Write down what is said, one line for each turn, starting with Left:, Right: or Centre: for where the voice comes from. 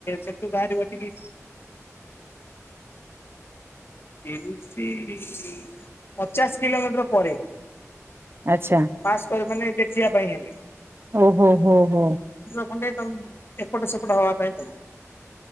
Left: ସେଠୁ ବାହାରିବ ଟିକି ତିରିଶି ପଚାଶ କିଲୋମିଟର ପରେ।
Right: ଆଚ୍ଛା
Left: ପାସ୍ କରି ମାନେ ଦେଖିବା ପାଇଁ ହେଲେ।
Right: ଓ ହୋ ହୋ ହୋ।
Left: ମୁଣ୍ଡେ ତମ ଏପଟ ସେପଟ ହବା ପାଇଁ ପଡ଼ିବ।